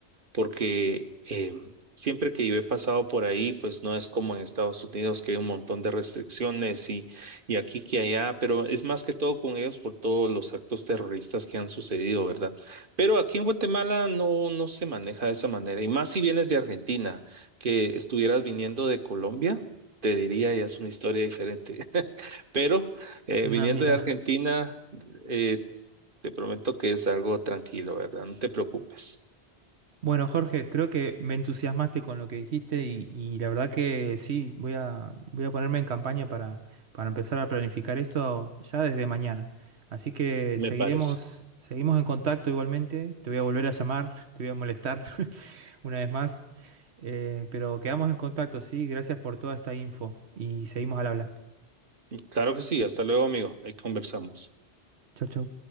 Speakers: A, on the right; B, on the right.
A: porque eh, siempre que yo he pasado por ahí, pues no es como en Estados Unidos que hay un montón de restricciones y, y aquí que allá, pero es más que todo con ellos por todos los actos terroristas que han sucedido, ¿verdad? Pero aquí en Guatemala no, no se maneja de esa manera, y más si vienes de Argentina, que estuvieras viniendo de Colombia. Te diría, ya es una historia diferente. <laughs> Pero eh, viniendo
B: ah, mira.
A: de Argentina, eh, te prometo que es algo tranquilo, ¿verdad? No te preocupes,
B: Bueno, Jorge, creo que me entusiasmaste con lo que dijiste y, y la verdad que sí, voy a, voy a ponerme en campaña para, para empezar a planificar esto ya desde mañana. Así que
A: me
B: seguiremos,
A: parece.
B: seguimos en contacto igualmente. Te voy a volver a llamar, te voy a molestar <laughs> una vez más. Eh, pero quedamos en contacto, sí. Gracias por toda esta info y seguimos al habla.
A: Claro que sí, hasta luego, amigo. Ahí conversamos.
B: Chau, chau.